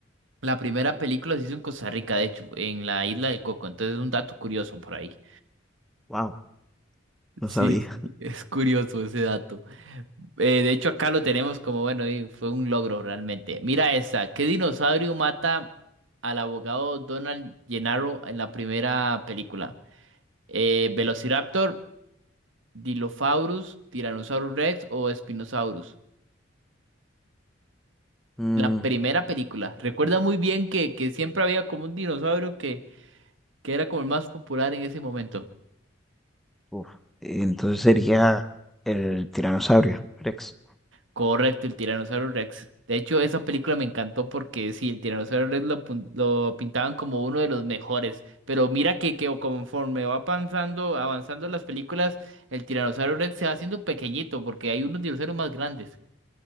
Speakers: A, on the right; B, in the centre.
A: La primera película se hizo en Costa Rica, de hecho, en la isla del Coco. Entonces es un dato curioso por ahí.
B: Wow, no
A: Sí,
B: sabía.
A: sí, <laughs> es curioso ese dato. Eh, de hecho, acá lo tenemos como, bueno, y fue un logro realmente. Mira esta. ¿Qué dinosaurio mata al abogado Donald Gennaro en la primera película? Eh, ¿Velociraptor, Dilophosaurus, Tyrannosaurus Rex o Spinosaurus?
B: Mm,
A: En la primera película. Recuerda muy bien que, que siempre había como un dinosaurio que, que era como el más popular en ese momento.
B: uf. Entonces sería el tiranosaurio Rex.
A: Correcto, el Tiranosaurio Rex. De hecho, esa película me encantó porque sí, el Tiranosaurio Rex lo, pun- lo pintaban como uno de los mejores. Pero mira que, que conforme va avanzando, avanzando las películas, el Tiranosaurio Rex se va haciendo pequeñito porque hay unos dinosaurios más grandes.